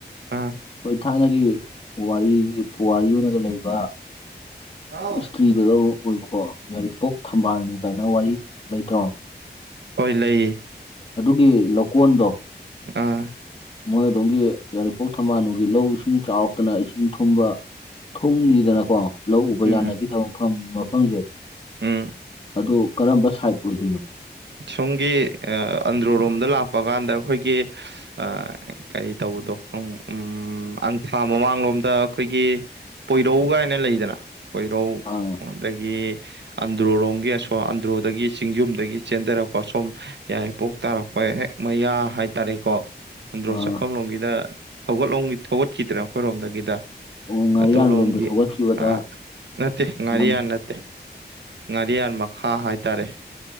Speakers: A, on the right (about 85°); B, on the left (about 30°).
A: ꯑꯥ
B: ꯑꯩꯈꯣꯏ ꯊꯥꯏꯅꯒꯤ ꯄꯨꯋꯥꯔꯤꯒꯤ ꯄꯨꯋꯥꯔꯤ ꯑꯣꯏꯅꯒ ꯂꯩꯕ
A: ꯑꯥ
B: ꯏꯁꯇ꯭ꯔꯤꯗꯒ ꯑꯣꯏꯕꯀꯣ ꯌꯥꯏꯔꯤꯄꯣꯛ ꯊꯝꯕꯥꯜꯅꯨ ꯀꯥꯏꯅ ꯋꯥꯔꯤ ꯂꯩꯇ꯭ꯔꯣ
A: ꯍꯣꯏ ꯂꯩꯌꯦ
B: ꯑꯗꯨꯒꯤ ꯂꯧꯀꯣꯟꯗꯣ
A: ꯑꯥ
B: ꯃꯣꯏ ꯑꯗꯣꯝꯒꯤ ꯌꯥꯏꯔꯤꯄꯣꯛ ꯊꯝꯕꯥꯜꯅꯨꯒꯤ ꯂꯧ ꯏꯁꯤꯡ ꯆꯥꯎꯔꯛꯇꯅ ꯏꯁꯤꯡ ꯊꯨꯝ ꯊꯨꯝꯈꯤꯗꯅꯀꯣ ꯂꯧ ꯎꯕ
A: ꯎꯝ
B: ꯌꯥꯅꯈꯤꯗꯕ ꯃꯐꯝ ꯃꯐꯝꯖꯦ
A: ꯎꯝ
B: ꯑꯗꯨ ꯀꯔꯝꯕ ꯁꯥꯏꯠ ꯑꯣꯏꯗꯣꯏꯅꯣ
A: ꯁꯣꯝꯒꯤ ꯑ ꯑꯟꯗ꯭ꯔꯣꯔꯣꯝꯗ ꯂꯥꯛꯄ ꯀꯥꯟꯗ ꯑꯩꯈꯣꯏꯒꯤ ꯑ ꯀꯔꯤ ꯇꯧ ꯇꯧꯕ ꯎꯝ ꯑꯪꯊꯥ ꯃꯃꯥꯡꯂꯣꯝꯗ ꯑꯩꯈꯣꯏꯒꯤ ꯄꯣꯏꯔꯧ ꯀꯥꯏꯅ ꯂꯩꯗꯅ ꯄꯣꯏꯔꯧ
B: ꯑꯥ
A: ꯑꯗꯒꯤ ꯑꯟꯗ꯭ꯔꯔꯣꯝꯒꯤ ꯑꯁꯣ ꯑꯟꯗ꯭ꯔꯣꯗꯒꯤ ꯆꯤꯡꯖꯨꯝꯗꯒꯤ ꯆꯦꯟꯗꯔꯛꯄ ꯁꯣꯝ ꯌꯥꯏꯔꯤꯄꯣꯛ ꯇꯥꯔꯛꯄ ꯍꯦꯛ ꯃꯌꯥ ꯍꯥꯏꯇꯔꯦꯀꯣ ꯑꯟꯗ꯭ꯔꯣ
B: ꯑꯥ
A: ꯆꯠꯐꯝ ꯂꯣꯝꯒꯤꯗ ꯊꯧꯒꯠꯂꯣꯝꯒꯤ ꯊꯧꯒꯠꯈꯤꯗ꯭ꯔ ꯑꯩꯈꯣꯏꯔꯣꯝꯗꯒꯤꯗ
B: ꯑꯣ ꯉꯥꯔꯤꯌꯥꯟ
A: ꯑꯗꯣꯂꯣꯝꯒꯤ
B: ꯂꯣꯝꯗ ꯊꯧꯒꯠꯈꯤꯕꯗ
A: ꯑ ꯅꯠꯇꯦ ꯉꯥꯔꯤꯌꯥꯟ
B: ꯂꯝ
A: ꯅꯠꯇꯦ ꯉꯥꯔꯤꯌꯥꯟ ꯃꯈꯥ ꯍꯥꯏꯇꯥꯔꯦ